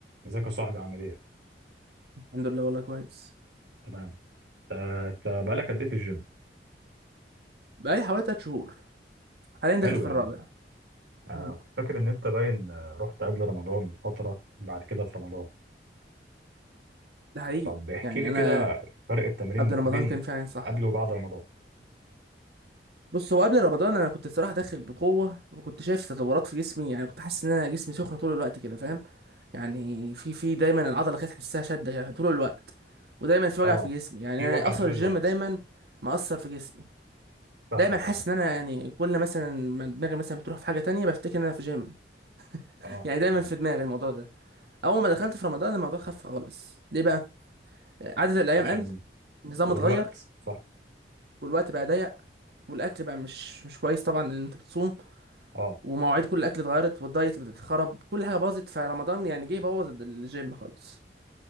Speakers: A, on the right (about 85°); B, on the right (about 65°).
A: ازيك يا صاحبي عامل ايه؟
B: الحمد لله والله كويس
A: تمام آه، انت بقالك قد ايه في الجيم؟
B: بقالي حوالي تلات شهور حاليا داخل
A: حلو
B: في
A: يا
B: الرابع
A: عم آه،
B: امم
A: كنت فاكر ان انت باين آه، رحت قبل رمضان بفترة بعد كده في رمضان
B: ده حقيقي
A: طب احكي
B: يعني
A: لي
B: انا
A: كده فرق التمرين
B: قبل رمضان
A: بين
B: كان فعلا صح
A: قبل وبعد رمضان
B: بص هو قبل رمضان انا كنت الصراحه داخل بقوه وكنت شايف تطورات في جسمي يعني كنت حاسس ان انا جسمي سخن طول الوقت كده فاهم يعني في في دايما العضله كانت تحسها شده يعني طول الوقت ودايما في وجع
A: اه
B: في جسمي يعني
A: في
B: انا
A: وجع
B: اصلا
A: طول
B: الجيم
A: الوقت
B: دايما مأثر في جسمي
A: فاهمك
B: دايما حاسس
A: اه
B: ان انا يعني كل مثلا ما دماغي مثلا بتروح في حاجه تانية بفتكر ان انا في جيم
A: اه
B: يعني دايما
A: تمام
B: في دماغي الموضوع ده اول ما دخلت في رمضان الموضوع خف خالص ليه بقى عدد الايام
A: عشان
B: قل النظام
A: والوقت
B: اتغير
A: صح
B: والوقت بقى ضيق والاكل بقى مش مش كويس طبعا ان انت بتصوم
A: اه
B: ومواعيد كل الاكل اتغيرت والدايت اتخرب كل حاجه باظت فرمضان يعني جه بوظ الجيم خالص